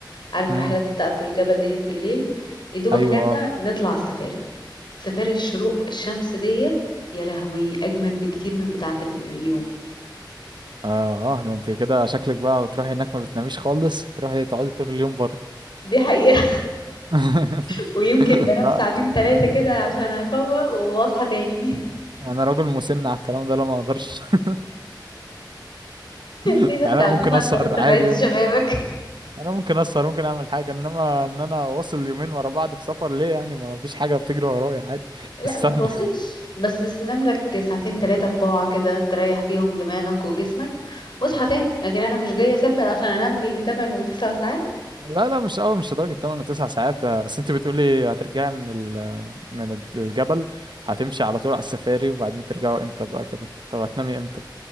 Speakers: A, on the left (about 70°); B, on the right (about 70°).
A: عارف
B: امم
A: رحلات بتاعت الجبل ديت بالليل يدوبك
B: ايوه
A: نرجع
B: اه
A: نطلع على السفاري سفاري الشروق الشمس ديت يا لهوي اجمل بكتير من بتاعت اليوم
B: اه اه ده انت كده شكلك بقى بتروحي هناك ما بتناميش خالص تروحي تقعدي طول اليوم بره
A: دي حقيقة
B: <laughs>
A: <laughs> ويمكن بنام
B: لا
A: ساعتين ثلاثة كده عشان افوق واصحى تاني <laughs>
B: انا راجل مسن على الكلام ده لا ما اقدرش <laughs> يعني
A: ليه بس يا
B: انا
A: عبد
B: ممكن
A: الله
B: اسهر
A: انت لسه
B: عادي
A: في عز
B: ممكن
A: شبابك
B: انا ممكن اسهر ممكن اعمل حاجه انما ان انا واصل يومين ورا بعض في سفر ليه يعني ما فيش حاجه بتجري ورايا عادي
A: <laughs>
B: <laughs>
A: لا
B: استنى
A: ما توصلش بس تنام لك ساعتين ثلاثة أربعة كده تريح فيهم دماغك وجسمك واصحى تاني لكن أنا مش جاية أسافر عشان أنام لي 8 و9 ساعات
B: لا لا مش قوي مش لدرجه 8 9 ساعات بس انت بتقولي هترجعي من ال... من الجبل هتمشي على طول على السفاري وبعدين ترجعوا امتى بقى كده طب هتنامي امتى